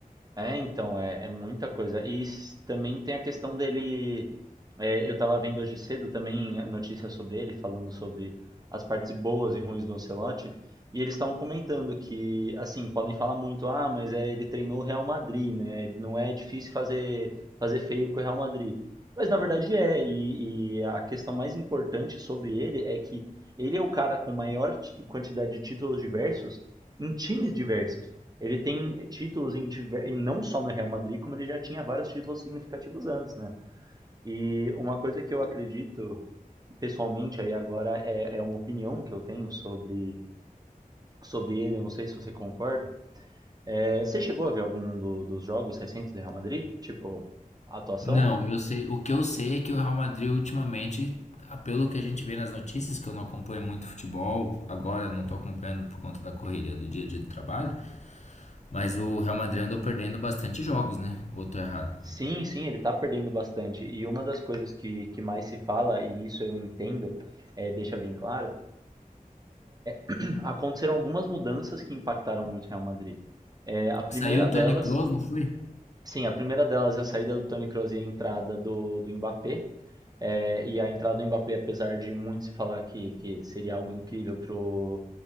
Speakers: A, on the right; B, on the left.
A: É, então, é, é muita coisa. E s- também tem a questão dele. é, eu tava vendo hoje cedo também a notícia sobre ele, falando sobre as partes boas e ruins do Ancelotti. E eles estavam comentando que, assim, podem falar muito, ah, mas é, ele treinou o Real Madrid, né? Não é difícil fazer, fazer feio com o Real Madrid. Mas na verdade é, e, e a questão mais importante sobre ele é que ele é o cara com maior ti- quantidade de títulos diversos em times diversos. Ele tem títulos em, e não só no Real Madrid, como ele já tinha vários títulos significativos antes, né? E uma coisa que eu acredito, pessoalmente, aí agora é, é uma opinião que eu tenho sobre, sobre ele, eu não sei se você concorda. É, você chegou a ver algum do- dos jogos recentes do Real Madrid? Tipo, a atuação?
B: Não, eu sei. O que eu sei é que o Real Madrid ultimamente, ah, pelo que a gente vê nas notícias, que eu não acompanho muito futebol, agora não estou acompanhando por conta da correria do dia a dia do trabalho, mas o Real Madrid andou perdendo bastante jogos, né? Ou tô errado?
A: Sim, sim, ele tá perdendo bastante. E uma das coisas que, que mais se fala, e isso eu entendo, é, deixa bem claro, <clears throat> aconteceram algumas mudanças que impactaram muito o Real Madrid. É, a primeira
B: Saiu o
A: delas
B: Toni Kroos, não foi?
A: Sim, a primeira delas é a saída do Toni Kroos e a entrada do, do Mbappé. É, e a entrada do Mbappé, apesar de muito se falar que, que seria algo incrível pro,